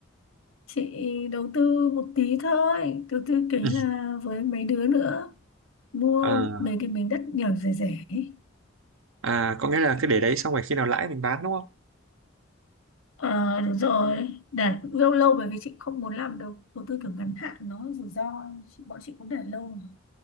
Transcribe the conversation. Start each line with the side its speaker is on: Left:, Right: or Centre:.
Left: chị đầu tư một tí thôi đầu tư kiểu như
Right: <laughs>
Left: là với mấy đứa nữa mua
Right: À,
Left: mấy cái miếng đất nhỏ rẻ rẻ ấy.
Right: à có nghĩa là cứ để đấy xong rồi khi nào lãi mình bán đúng không?
Left: Ờ đúng rồi để cũng lâu lâu bởi vì chị không muốn làm đầu đầu tư kiểu ngắn hạn nó rủi ro chị, bọn chị cũng để lâu mà.